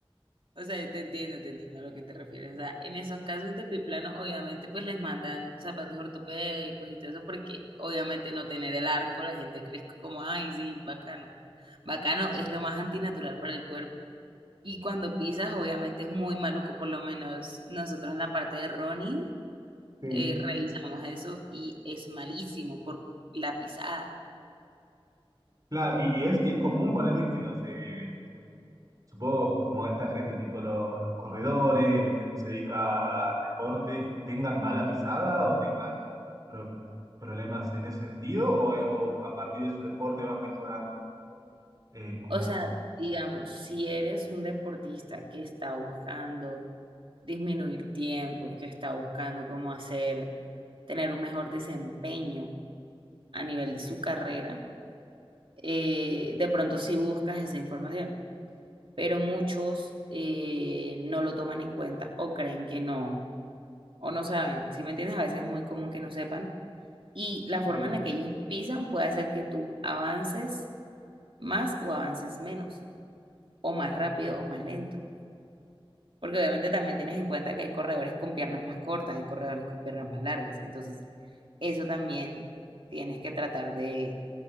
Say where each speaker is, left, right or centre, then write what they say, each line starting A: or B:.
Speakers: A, on the right; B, on the right.
A: O sea, yo te entiendo, te entiendo a lo que te refieres. O sea, en esos casos de piplano, obviamente, pues les mandan zapatos ortopédicos y todo eso, porque obviamente no tener el arco, la gente cree que como, ay, sí, bacano. Bacano es lo más antinatural para el cuerpo. Y cuando pisas, obviamente es muy maluco, por lo menos nosotros en la parte de running,
B: sí.
A: eh, revisamos eso y es malísimo por la pisada.
B: Claro, y, y es, y es común ponerle que los, eh, supongo como esta gente, tipo lo- los, corredores, la gente que se dedica al deporte, tengan mala pisada o tengan pro- problemas en ese sentido o, o a partir de su deporte van mejorando? Eh, como,
A: O sea, digamos, si eres un deportista que está buscando disminuir tiempos, que está buscando cómo hacer, tener un mejor desempeño a nivel de su
B: sí,
A: carrera, eh, de pronto sí buscas esa información, pero muchos eh, no lo toman en cuenta o creen que no, o no saben, si me entiendes? A veces es muy común que no sepan y la forma
B: sí,
A: en la que ellos pisan puede hacer que tú avances más o avances menos, o más rápido o más lento. Porque obviamente también tienes en cuenta que hay corredores con piernas más cortas, hay corredores con piernas más largas. Entonces, eso también tienes que tratar de